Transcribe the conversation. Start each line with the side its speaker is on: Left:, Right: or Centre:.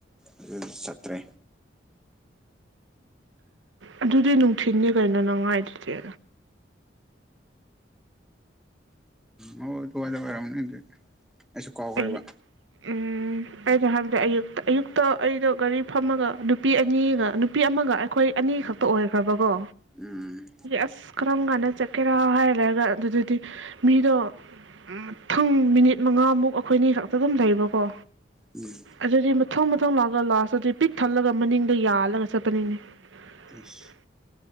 Centre: ꯑꯗꯨ ꯆꯠꯇ꯭ꯔꯦ
Right: ꯑꯗꯨꯗꯤ ꯅꯨꯡꯊꯤꯟꯅꯤ ꯀꯩꯅꯣ ꯅꯪ ꯍꯥꯢꯗꯨꯗꯤ
Centre: ꯎꯝ ꯑꯣ ꯑꯗꯨꯋꯥꯏꯗ ꯋꯥꯏꯔꯝꯅꯤ ꯑꯗꯨꯗꯤ ꯑꯩꯁꯨ ꯀꯥꯎꯈ꯭ꯔꯦꯕ
Right: ꯑꯩ ꯎꯝ ꯑꯩꯅ ꯍꯥꯏꯕꯗꯤ ꯑꯌꯨꯛꯇ ꯑꯌꯨꯛꯇ ꯑꯩꯗꯣ ꯒꯥꯔꯤ ꯐꯝꯃꯒ ꯅꯨꯄꯤ ꯑꯅꯤꯒ ꯅꯨꯄꯤ ꯑꯃꯒ ꯑꯩꯈꯣꯏ ꯑꯅꯤ ꯈꯛꯇ ꯑꯣꯏꯈ꯭ꯔꯕꯀꯣ
Centre: ꯎꯝ
Right: ꯑꯁ ꯀꯔꯝ ꯀꯥꯟꯗ ꯆꯠꯀꯦꯔꯥ ꯍꯥꯏꯔꯒ ꯑꯗꯨꯗꯗꯤ ꯃꯤꯗꯣ ꯃꯊꯪ ꯃꯤꯅꯤꯠ ꯃꯉꯥꯃꯨꯛ ꯑꯩꯈꯣꯏꯅꯤ ꯈꯛꯇ ꯑꯗꯨꯝ ꯂꯩꯕꯀꯣ
Centre: ꯎꯝ
Right: ꯑꯗꯨꯗꯤ ꯃꯊꯪ ꯃꯊꯪ ꯂꯥꯛꯑꯒ ꯂꯥꯁꯇꯗꯤ ꯄꯤꯛ ꯊꯜꯂꯒ ꯃꯅꯤꯡꯗ ꯌꯥꯜꯂꯒ ꯆꯠꯄ ꯆꯠꯄꯅꯤꯅꯦ
Centre: ꯑꯁ